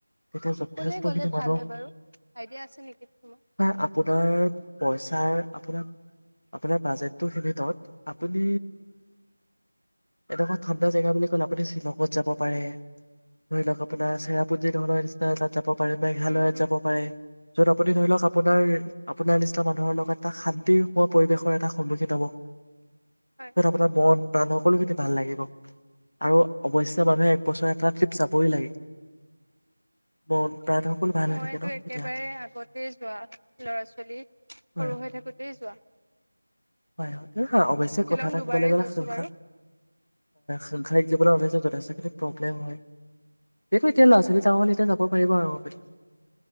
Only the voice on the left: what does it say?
তেতিয়া যথেষ্ট
খিনি
মানুহ
বা আপোনাৰ পইচাৰ আপোনাক আপোনাৰ বাজেট টো সিবিতত আপুনি এনেকুৱা ঠণ্ডা জগা বুলি কলে আপুনি শ্বিলঙত যাব পাৰে, ধৰি লওক আপোনাৰ চেৰাপুঞ্জী ধৰণৰ নিচিনা যাব পাৰে, মেঘালয়ত
যাব পাৰে। য'ত আপ আপুনি ধৰি লওক আপোনাৰ আপ আপোনাৰ নিচিনা মানুহৰ লগত এটা শান্তিময় পৰিৱেশৰ এটা সন্মুখীন হ'ব। য'ত
আপোনাৰ মন <unintelligible> হওক সকলোখিনি ভাল লাগিব আৰু অৱশ্যে মানুহে একবছৰ এটা ট্ৰিপ যাবই লাগে। মন প্ৰাণ সকলো ভাল
হৈ থাকে ন
তেতিয়া
হয়
হয় হয়। হ হা অৱশ্যে
কথা এটা
ক'বলৈ গ'লে,
সাংসা
সাংসাৰিক জীৱনৰ অৱশ্যে যথেষ্টখিনি প্ৰব্লেম হয়। সেটো এতিয়া ল'ৰা ছোৱালী ডাঙৰ হ'ল, এয়া যাব পৰিব আৰু মোৰ পিঠিত।